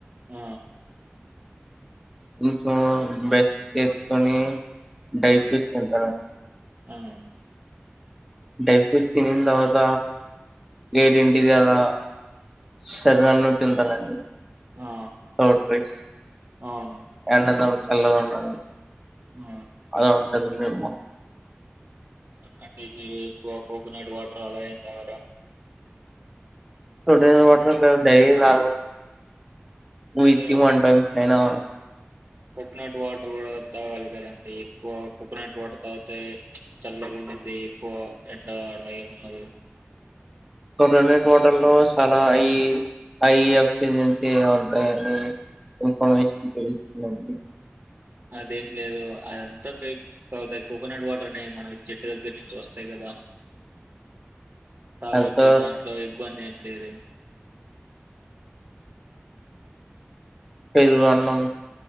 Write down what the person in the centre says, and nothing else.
ఇంచంచం బెస్ చేసుకొని డైఫ్యూస్ తంటారు
డై ఫ్రూట్ తనిందవత గేడ్ ఇంటిది అద సర నన్ను తింటానండి
చడీ
ఎన్నద ఉ చల్లగా ఉండ
అద ఉంటుందిండి
ోడ డైరాల వ
వన్ టాైమ్ కాైనా
కొటనేెట్ వాటర్ లో చాలా ఈ ఐఎఫ్జెన్సీ ఉంటాయిని ఇన్ఫర్మేషన్ తెస్తుందండి
తర్వాత
పరు అన్నం